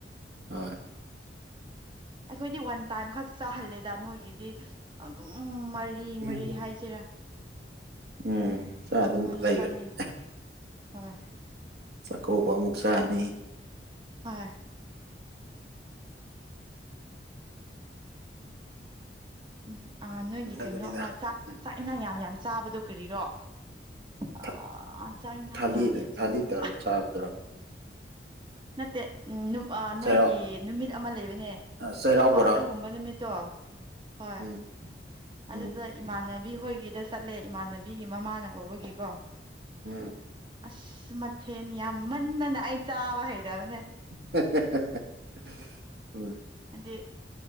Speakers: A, on the right; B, on the right.
A: ꯍꯣꯏ
B: ꯑꯈꯣꯏꯗꯤ ꯋꯥꯟ ꯇꯥꯏꯝ ꯈꯛ ꯆꯥꯍꯜꯂꯦꯗ ꯅꯣꯏꯒꯤꯗꯤ ꯑꯗꯨꯝ ꯃꯔꯤ ꯃꯔꯤ
A: ꯎꯝ
B: ꯍꯥꯏꯁꯤꯔꯥ
A: ꯎꯝ ꯆꯥꯛ ꯑꯗꯨꯝ
B: ꯃꯥꯏꯅ
A: ꯂꯩꯒꯅꯤ
B: ꯆꯪꯉꯤ ꯍꯣꯏ
A: ꯆꯥꯛꯀꯧꯕ ꯑꯃꯨꯛ ꯆꯥꯅꯤ
B: ꯍꯣꯏ ꯎꯝ ꯑ ꯅꯣꯏꯒꯤ
A: ꯅꯨꯡꯉꯥꯏꯕꯅꯤꯗ
B: ꯀꯩꯅꯣꯃ ꯆꯥꯛ
A: ꯎꯝ
B: ꯆꯥꯛ ꯏꯟꯁꯥꯡ ꯌꯥꯝ ꯌꯥꯝ ꯆꯥꯕꯗꯣ ꯀꯔꯤꯔꯣ ꯑꯥ
A: ꯊ
B: ꯆꯥꯛ ꯏꯟꯁꯥꯡ
A: ꯊꯥꯂꯤꯗ
B: ꯌꯥꯝ ꯌꯥꯝ
A: ꯊꯥꯂꯤ
B: ꯆꯥꯕꯗꯣ
A: ꯇꯧꯔ ꯆꯥꯕꯗꯨꯔꯣ
B: ꯅꯠꯇꯦ ꯅꯣꯏꯒꯤ
A: ꯆꯩꯔꯥꯎ
B: ꯅꯨꯃꯤꯠ ꯑꯃ ꯂꯩꯕꯅꯦ
A: ꯑ ꯆꯩꯔꯥꯎꯕꯔꯣ
B: ꯑꯥ ꯑꯗꯨꯒꯨꯝꯕ ꯅꯨꯃꯤꯠ ꯇꯣ ꯍꯣꯏ
A: ꯎꯝ
B: ꯑꯗꯨꯗ
A: ꯎꯝ
B: ꯏꯃꯥꯟꯅ ꯕꯤꯈꯣꯏꯒꯤꯗ ꯆꯠꯂꯦ ꯏꯃꯥꯟꯅꯕꯤꯒꯤ ꯃꯃꯥꯅ ꯀꯧꯕꯒꯤꯀꯣ
A: ꯎꯝ
B: ꯑꯁ ꯃꯊꯦꯜ ꯌꯥꯝ ꯃꯟꯗꯅ ꯑꯩ ꯆꯥꯕ ꯍꯩꯇꯕꯅꯦ
A: ꯍꯦ ꯍꯦ ꯍꯣꯏ
B: ꯍꯥꯏꯗꯤ